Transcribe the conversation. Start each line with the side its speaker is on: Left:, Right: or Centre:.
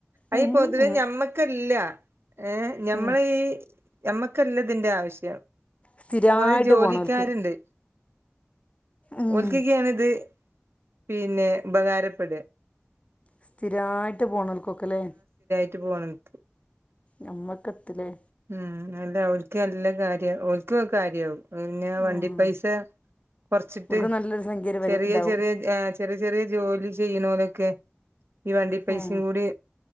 Right: അയി
Left: ഉം
Right: പൊതുവെ
Left: ഉം
Right: ഞമ്മക്കല്ല. ഏഹ് ഞമ്മള
Left: ഉം.
Right: ഈ ഞമ്മ ക്കല്ലതിന്റെ ആവിശ്യം.
Left: സ്ഥിരമായിട്ട്
Right: കൊറേ ജോലിക്കാര്ണ്ട്.
Left: പോണവർക്ക് ഉം.
Right: ഓൽക്കിക്കയാണ് ഇത് പിന്നെ ഉപകാരപ്പെട.
Left: സ്ഥിരായിട്ട് പോണോൾ ക്കോക്കല്ലേ?
Right: ട്ട് പോണ <unintelligible>
Left: നമ്മക്കത്തില്ലേ
Right: ഉം അല്ല അവന്ക്ക് നല്ല കാര്യാ ഓൾക്ക് കാര്യാവും പിന്നെ വണ്ടി
Left: ഉം.
Right: പൈസ കൊറച്ചിട്ട്
Left: ഇവർക്ക് നല്ലൊരു സംഖ്യ വരും
Right: ചെറിയ
Left: ഇതാവും
Right: ചെറിയ ആ ചെറി ചെറിയ ജോലി ചെയ്യണോലൊക്കെ ഈ വണ്ടി പൈസയും
Left: ഉം.
Right: കൂടി